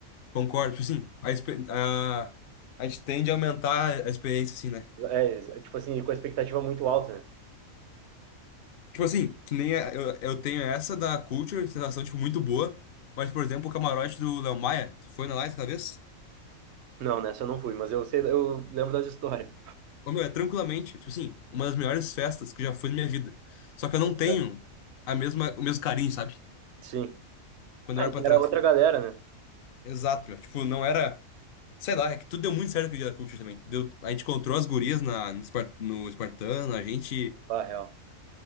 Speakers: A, on the left; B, on the right.
A: Concordo, tipo assim, a, expe- a, a gente tende a aumentar a experiência, assim, né?
B: É, é, tipo assim, com a expectativa muito alta, né?
A: Tipo assim, que nem a- eu, eu tenho essa da Culture, sensação, tipo, muito boa, mas, por exemplo, o camarote do Léo Maia, tu foi na lá essa vez?
B: Não, nessa eu não fui, mas eu sei, eu lembro das histórias.
A: Ô, meu, é tranquilamente, tipo assim, uma das melhores festas que eu já fui na minha vida. Só que eu não tenho
B: É.
A: a mesma, o mesmo carinho, sabe?
B: Sim.
A: Quando
B: Ah,
A: eu era
B: e
A: pra trás.
B: era outra galera, né?
A: Exato, meu, tipo, não era, sei lá, é que tudo deu muito certo com o dia da Culture também. Deu, a gente encontrou as gurias na, no, Spar- no Espartano, a gente,
B: Ah, real.